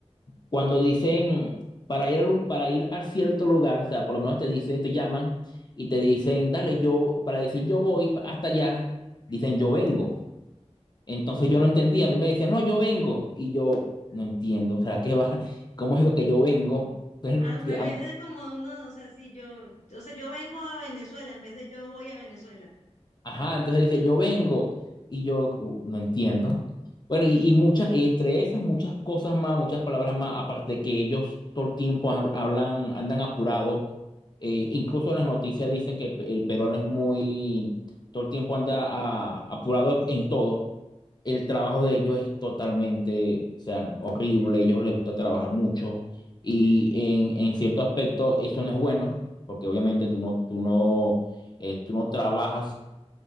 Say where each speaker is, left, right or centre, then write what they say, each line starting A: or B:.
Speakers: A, on the left; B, on the left.
A: cuando dicen para ir, al- para ir a cierto lugar, o sea, por lo menos te dicen, te llaman y te dicen, dale, yo, para decir yo voy hasta allá, dicen yo vengo. Entonces yo no entendía, a mí me decían, no, yo vengo, y yo no entiendo, o sea, ¿qué va? <laughs> ¿Cómo es lo que yo vengo? Entonces,
B: Al revés de como uno, o sea, si yo, o sea, yo vengo a Venezuela en vez de yo voy a Venezuela.
A: Ajá, entonces dice, yo vengo y yo "Uh, no entiendo. Bueno, y, y muchas, entre esas muchas cosas más, muchas palabras más, aparte que ellos todo el tiempo hab- hablan, andan apurados, eh, incluso en las noticias dicen que pe- el peruano es muy, todo el tiempo anda ah, apurado en todo. El trabajo de ellos es totalmente, o sea, no, horrible, a ellos les gusta trabajar mucho y en, en cierto aspecto eso no es bueno, porque obviamente tú no, tú no eh, tú no trabajas